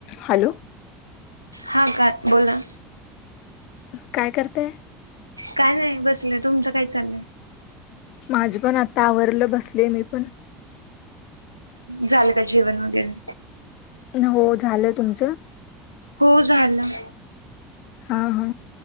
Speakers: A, on the left; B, on the right.
A: हॅलो
B: हा काकी बोला.
A: काय करताय.
B: काय नाही बसलं तुमचं काय चाललंय.
A: माझ पण आता आवरलं बसले मी पण.
B: झालं का जेवन वगैरे.
A: हो झालं तुमचं.
B: हो झालं.
A: हा हा